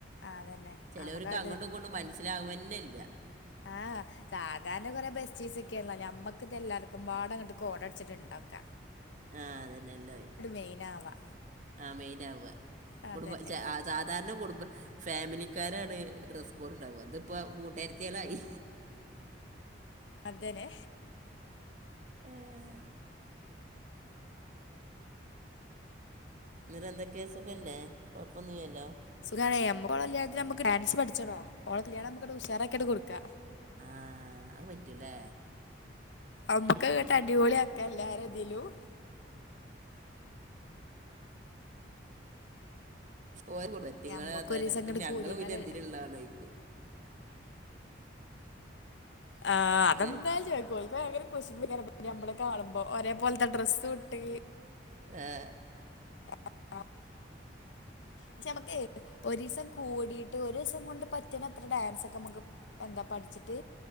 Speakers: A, on the left; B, on the right.
A: അതന്നെ
B: ചെലോര്ക്ക്
A: നമുക്കട്
B: അങ്ങോട്ടും ഇങ്ങട്ടും മനസ്സിലാവെന്നെ ഇല്ല ഉ
A: ആഹ്
B: <unintelligible>
A: സാധാരണ കൊറെ ബസ്റ്റീസ് ഒക്കെയാണല്ലോ ഞമ്മക്കിത് എല്ലാർക്കും പാടങ്ങട്ട് കോഡ് അട്ച്ച്ട്ട് ഇണ്ടാക്ക
B: <unintelligible> ആ അതന്നെ എല്ലാരും
A: മെയിനാവാ
B: ആ മെയിൻ ആവ
A: അതന്നെ
B: കുടുംബ സാധാരണ കുടുംബ ഫാമിലിക്കാരാണ് ഡ്രസ്സ് കോടുണ്ടാവ തിപ്പോ കൂട്ടുകരുത്തിയാളായി
A: അതനെ
B: ഏഹ് ഇന്ന്ട്ട് എന്തേക്കെ കൊഴപ്പൊന്നുല്ലല്ലോ
A: സുഖാണെ നമ്മക്കോളെ കല്ല്യാണത്തിന് നമക്ക് ഡാൻസ് പഠിച്ചണോ ഓളെ കല്യാണം നമ്മക്കാണ്ട് ഉഷാറക്കിണ്ട് കൊട്ക്ക
B: ആഹ് അത് പറ്റുലേ
A: അമ്മുക്കങ്ങട്ട് അടിപൊളിയാക്കെ എല്ലാര ഇതിലും
B: ഓറ്റങ്ങള
A: ഞമ്മക്ക്
B: അതന്ന
A: ഒരീസം
B: അപ്പ
A: ഇങ്ങട്ട്
B: ഞങ്ങള്
A: കൂടിങ്ങാണ്ട്
B: പിന്നെ എന്തിനള്ളആണ് ചോയിക്കും
A: ആഹ് അതെന്തായാലു
B: ഏഹ്
A: ചോയിക്കും ഓല്ക്ക്‌ ഭയങ്കര കുശുമ്പേക്കാരം <unintelligible> ഓല് ഞമ്മളെ കാണുമ്പോ ഒരേ പോലത്തെ ഡ്രസ്സൂട്ട്
B: ഏഹ്
A: ആഹ ആ പക്ഷെ നമ്മക്കെ ഒരീസം കൂടിട്ട് ഒര്സം കൊണ്ട് പറ്റ്ണ അത്ര ഡാൻസൊക്കെമ്മക്ക് ഇപ്പന്താ പഠിച്ചിട്ട്